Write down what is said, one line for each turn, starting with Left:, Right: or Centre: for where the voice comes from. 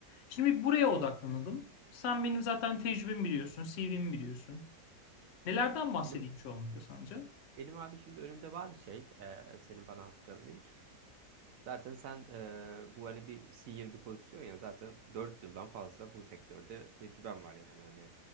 Left: Şimdi bir buraya odaklanalım. Sen benim zaten tecrübemi biliyorsun, CV'mi biliyorsun. Nelerden bahsedeyim
Right: Benim
Left: çoğunlukla sence?
Right: benim abi şimdi önümde var şey e, senin bana attığın link. Zaten sen e, bu hani bir senior bir pozisyon ya zaten 4 yıldan fazla bu sektörde tecrüben var yani hani